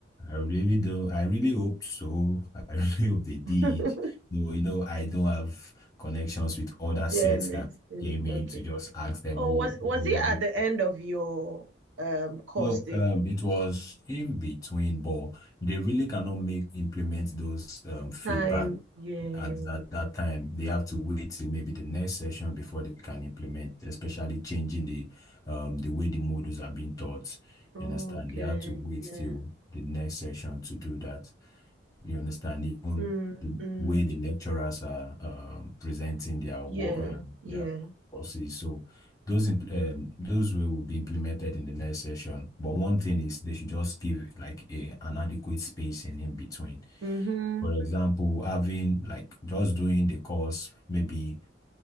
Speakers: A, on the left; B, on the right.
A: I really do. I really hope so. <laughs> I really hope they did.
B: <laughs>
A: Though, you know, I don't have connections with other sets
B: Then
A: that
B: it's- mm,
A: came in
B: okay.
A: to just ask them,
B: Oh,
A: oh,
B: was was
A: you
B: it
A: know,
B: at
A: the-"
B: the end of your um course
A: no,
B: the
A: um, it was in between, but they really cannot make implement those um, feedback
B: time? Yeah.
A: at that, that time. They have to wait till maybe the next session before they can implement, especially changing the um, the way the modules are being taught.
B: Okay.
A: You understand? They have to wait
B: Yeah.
A: till the next session to do that. You understand? Even
B: Mm,
A: the
B: mm,
A: way the lecturers are um, presenting their
B: yeah.
A: work, um,
B: Yeah.
A: their courses. So those imp- um, those way will be implemented in the next session. But one thing is they should just give like a an adequate spacing in between.
B: Mm-hmm.
A: For example, having like just doing the course, maybe